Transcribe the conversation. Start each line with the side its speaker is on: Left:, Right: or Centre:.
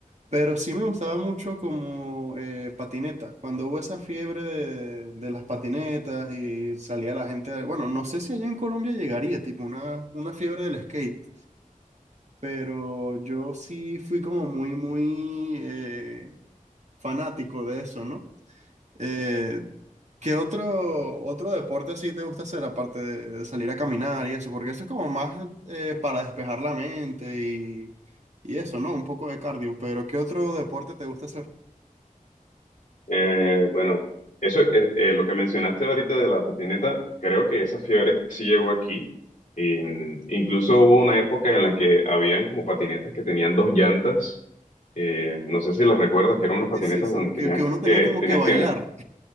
Right: Pero sí me gustaba mucho como eh, patineta. Cuando hubo esa fiebre de, de las patinetas y salía la gente, a- bueno, no sé si allá en Colombia llegaría, tipo una, una fiebre del skate, pero yo sí fui como muy, muy eh, fanático de eso, ¿no? Eh, ¿qué otro, otro deporte así te gusta hacer aparte de, de salir a caminar y eso? Porque eso es como más eh, para despejar la mente y, y eso, ¿no? Un poco de cardio, pero ¿qué otro deporte te gusta hacer?
Left: Eh, bueno, eso eh, eh, lo que mencionaste ahorita de la patineta, creo que esa fiebre sí llegó aquí. Y, mm, incluso hubo una época en la que habían como patinetas que tenían dos llantas. Eh, no sé si las recuerdas, que eran unas patinetas
Right: Sí, sí, sí,
Left: donde tenías
Right: que, que uno tenía
Left: que,
Right: como
Left: tenías
Right: que bailar.
Left: que,